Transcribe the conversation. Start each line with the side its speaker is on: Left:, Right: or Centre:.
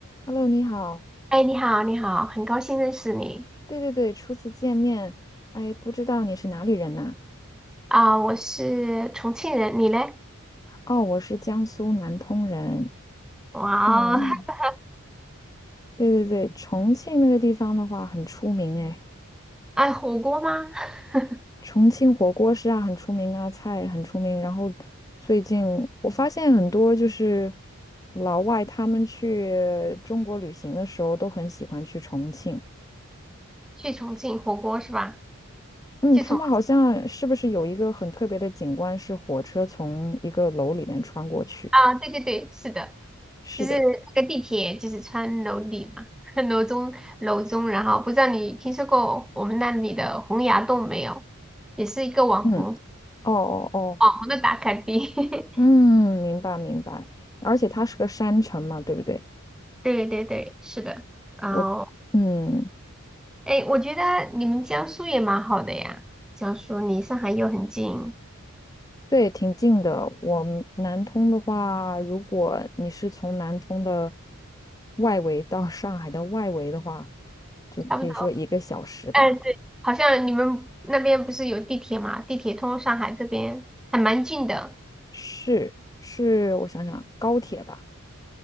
Left: Hello，你好。
Centre: 哎，你好，你好，很高兴认识你
Left: 对对对，初次见面，哎，不知道你是哪里人呐？
Centre: 啊，我是重庆人，你嘞？
Left: 哦，我是江苏南通人。
Centre: 哇哦，
Left: 嗯，
Centre: <laughs>
Left: 对对对，重庆那个地方的话很出名哎，
Centre: 爱火锅吗？<laughs>
Left: 重庆火锅是啊很出名啊，菜很出名。然后最近我发现很多就是老外他们去中国旅行的时候都很喜欢去重庆。
Centre: 去重庆火锅是吧？
Left: 嗯，
Centre: 去重
Left: 他们好像是不是有一个很特别的景观是火车从一个楼里面穿过去？
Centre: 啊，对对对，是的，
Left: 是的。
Centre: 就是那个地铁就是穿楼底嘛，<laughs> 楼中楼中，然后不知道你听说过我们那里的洪崖洞没有？也是一个网红
Left: 嗯。哦哦哦，
Centre: 网红的打卡地，<laughs>
Left: 嗯，明白明白，而且它是个山城嘛，对不对？
Centre: 对对对，是的。然后
Left: 我，嗯，
Centre: 哎，我觉得你们江苏也蛮好的呀，江苏离上海又很近。
Left: 对，挺近的。我们南通的话，如果你是从南通的外围到上海的外围的话，就可以说一个小时吧。
Centre: 差不多。哎，对，好像你们那边不是有地铁嘛？地铁通上海这边还蛮近的。
Left: 是是，我想想，高铁吧，